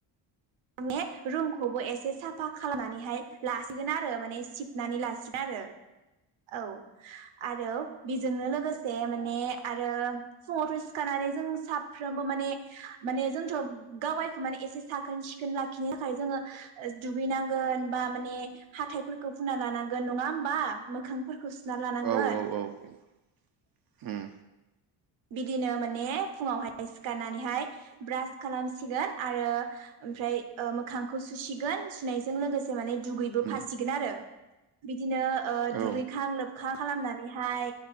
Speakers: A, on the right; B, on the right.
A: माने रुमखौबो एसे साफा खालामनानैहाय लासिगोन आरो माने सिबनानै लासिगोन आरो। औ आरो बेजोंनो लोगोसे माने आरो फुङावथ' सिखारनानै जों साफ्रोमबो माने माने जोंथ' <unintelligible> माने एसे साखोन सिखोन लाखिनो थाखाय जोङो दुगैनांगोन बा माने हाथायफोरखौ होना लानांगोन नङा होमबा मोखांफोरखौ सुना लानांगोन
B: औ औ औ उम
A: बिदिनो माने फुङावहाय सिखारनानैहाय ब्रास खालामसिगोन आरो ओमफ्राय ओ मोखांखौ सुसिगोन सुनायजों लोगोसे माने दुगैबो
B: उम
A: फासिगोन आरो। बि दिनो ओ दुगैखां
B: औ उम औ
A: लोबखां खालामनानैहाय